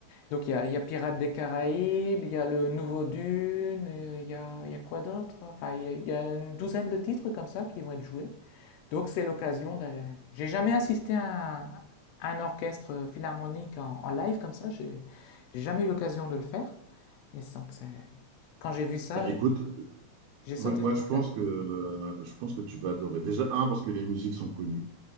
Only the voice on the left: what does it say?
Donc il y a, il y a Pirates des Caraïbes, il y a le nouveau Dune, et il y a il y a quoi d'autre? Enfin, il y a, il y a une douzaine de titres comme ça qui vont être joués. Donc c'est l'occasion d'aller. J'ai jamais assisté à un, orchestre philharmonique en, en live comme ça. J'ai jamais eu l'occasion de le faire. Et sans que c'est- quand j'ai vu ça,
j'ai
sauté
sur
l'occasion.